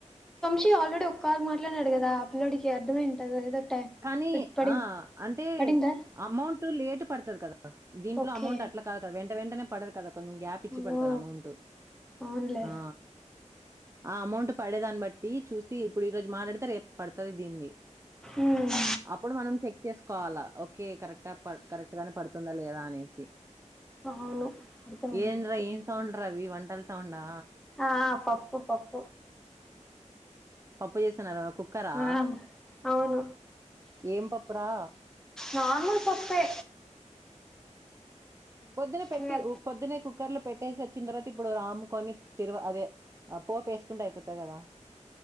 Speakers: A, in the centre; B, on the right (about 20°).
A: శి ఆల్రెడీ ఒక కాలు మాట్లాడినాడు గాదా ఆ పిల్లోడికి అర్ధం అయింటుంది ఏదో టై
B: కానీ
A: పడి
B: ఆ అంటే
A: పడిందా
B: అమౌంట్ లేటు పడుతది కదా దీంట్లో
A: ఓకే
B: అమౌంట్ అట్లా కాదు కదా వెంట వెంటనే పడదు కదా కొన్నిం గ్యాప్ ఇచ్చి
A: ఓ
B: పడుతది అమౌంట్
A: అవునులే
B: ఆ ఆ అమౌంట్ పడేదాన్ని బట్టి చూసి ఇప్పుడు ఈ ఇప్పుడు రోజు మాట్లాడి రేప్ పడతది దీంది
A: ఉమ్
B: అప్పుడు మనం చె చేసుకోవాలా ఓ ఓకే కరెక్టా ప కరెక్ట్ గానే పడుతదా లేదా అనేసి
A: అవును అర్థమైంది
B: ఏం
A: ఇప్పుడు
B: రా ఏం సౌండ్ రావి వంటల సౌండా
A: ఆ పప్పు పప్పు
B: పప్పు చేసన్నారు కుక్కరా
A: ఆ అవును
B: ఏం పప్పురా
A: నార్మల్ పప్పే
B: పొద్దున పెట్టి
A: ఇవాళ.
B: ఉ పొద్దున్న కుక్ కుక్కర్ లో పెట్టేసి వచ్చిన తర్వాత ఇప్పుడు రాముకొని తిరు అదే పోపు వేసుకుంటే అయిపోతది కదా